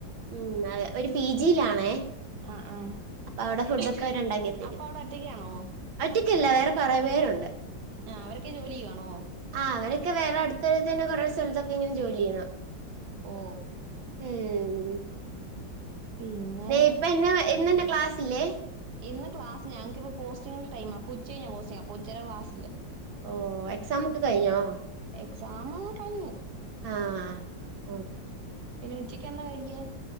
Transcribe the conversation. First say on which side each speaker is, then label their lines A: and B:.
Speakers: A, on the right; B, on the right.
A: ഉം അതെ ഒരു പി ജിയിലാണേ
B: ആ ആ
A: അപ്പൊ അവിടെ ഫുഡ ഒക്കെ അവര് ഉണ്ടാക്കി തരും
B: അപ്പൊ അവിടെ ഒറ്റക്കാണോ
A: ഒറ്റക്കല്ല വേറെ കൊറെ പേരുണ്ട്
B: ആഹ് അവരൊക്കെ ജോലി ചെയ്യുവാണോ
A: ആഹ് അവരൊക്കെ വേറെ അട്ത്തട്ത്തന്നെ കൊറെ സ്ഥലത്തൊക്കെ ഇങ്ങനെ ജോലി ചെയ്യുന്നു
B: ഓ
A: ഉം
B: പിന്നെ
A: ഇപ്പൊ എന്നെ ഇന്നെന്നെ ക്ലാസ്സില്ലേ
B: ഇന്ന് ക്ലാസ് ഞങ്ങക്കിപ്പോ പോസ്റ്റിങ്ങിന്റെ ടൈമാ ഉച്ച കഴിഞ്ഞാ പോസ്റ്റിങ്ങ് അപ്പ ഉച്ചവരെ ക്ലാസ്സില്ല
A: ഓ എക്സാം ഒക്കെ കഴിഞ്ഞോ
B: എക്സാമ് കഴിഞ്ഞ്
A: ആഹ് ഉം
B: പിന്നെ ഉച്ചക്ക് എന്താ കഴിക്കാൻ